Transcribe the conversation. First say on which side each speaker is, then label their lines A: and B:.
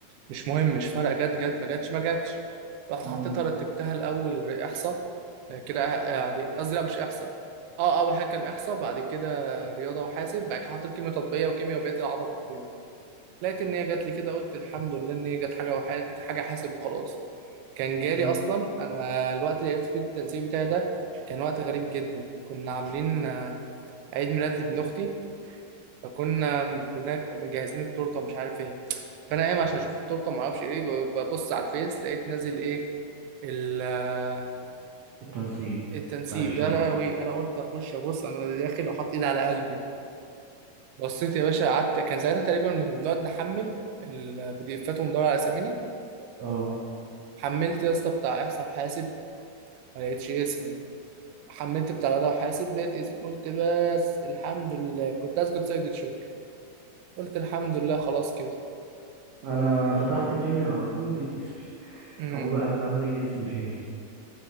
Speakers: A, on the right; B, on the right.
A: مش مهم مش فارقه جت جت ما جتش ما جتش رحت
B: مم.
A: حطيتها رتبتها الاول احصاء آه، كده آه، يعني قصدي لا مش احصاء اه اول حاجه كان احصاء بعد كده رياضه وحاسب بعد كده حطيت كيمياء تطبيقيه وكيمياء وبقيت العبط ده كله لقيت ان هي جات لي كده قلت الحمد لله ان هي جت حاجه وح... حاجه حاسب وخلاص كان جالي
B: مم.
A: اصلا انا الوقت اللي عرفت فيه التنسيق بتاعي ده كان وقت غريب جدا كنا عاملين آه، عيد ميلاد لابن اختي فكنا بناك... مجهزين التورته ومش عارف ايه فانا قايم عشان اشوف التورته ما اعرفش ايه ب- ببص على الفيس لقيت نازل ايه ال... آه،
B: التنسيق
A: التنسيق
B: بتاع الشعب
A: يا لهوي انا قلت اخش ابص انا داخل وحاط ايد على قلبي بصيت يا باشا قعدت كان ساعتها تقريبا كنا بنقعد نحمل البي دي افات وندور على اسامينا
B: اه
A: حملت يا اسطى بتاع احصاء وحاسب ما لقيتش اسمي حملت بتاع رياضه وحاسب لقيت اسمي قلت بس الحمد لله كنت اسجد سجدة شكر قلت الحمد لله خلاص كده
B: انا فتحت كيمياء على طول لقيت اسمي <laughs>
A: امم
B: اول واحد فتحت لقيت اسمي فيه